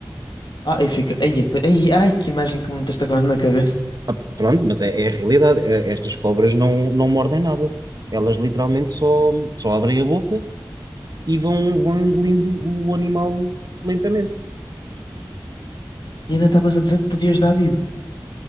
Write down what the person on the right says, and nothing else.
Ah, p- pronto, mas é, é a realidade. É- Estas cobras não, não mordem nada. Elas literalmente só, só abrem a boca e vão, vão engolindo o animal lentamente.